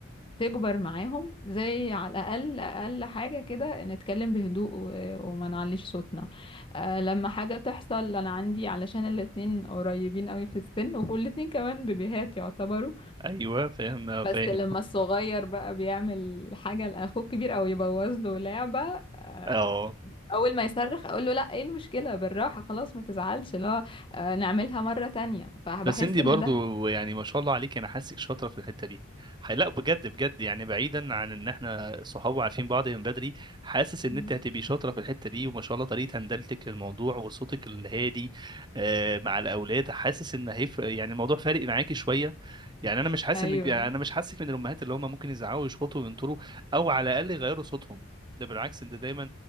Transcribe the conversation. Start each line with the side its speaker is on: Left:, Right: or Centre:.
Left: تكبر معاهم زي على الأقل أقل حاجة كده نتكلم بهدوء و- وما نعليش صوتنا أه لما حاجة تحصل أنا عندي علشان الاتنين قريبين قوي في السن وكل الاتنين كمان بيبيهات يعتبروا
Right: ايوه فاهم آه،
Left: بس
Right: فاهم
Left: لما الصغير بقى بيعمل حاجة لأخوه الكبير أو يبوظ له لعبة أه
Right: اه
Left: أول ما يصرخ أقول له لأ إيه المشكلة بالراحة خلاص ما تزعلش لا أه نعملها مرة تانية فبحس
Right: بس انتي
Left: إن
Right: برضو
Left: ده
Right: يعني ما شاء الله عليك انا حاسك شاطره في الحته دي ح- لا بجد بجد يعني بعيدا عن ان احنا صحاب وعارفين بعض من بدري حاسس ان
Left: مم.
Right: انت هتبقي شاطره في الحته دي وما شاء الله طريقه هندلتك للموضوع وصوتك الهادي آه، مع الاولاد حاسس ان هيفرق يعني الموضوع فارق معاكي شويه يعني انا مش حاسس
Left: أيوه
Right: ان انا مش حاسك من الامهات اللي هم ممكن يزعقوا ويشخطوا وينطروا او على الاقل يغيروا صوتهم ده بالعكس انت دايما